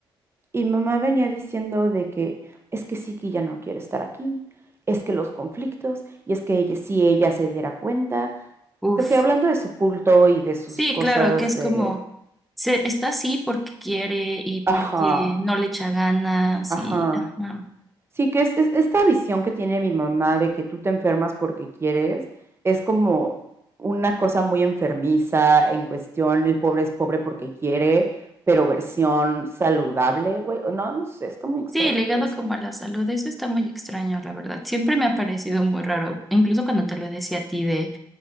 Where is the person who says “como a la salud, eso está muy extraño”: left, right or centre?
Centre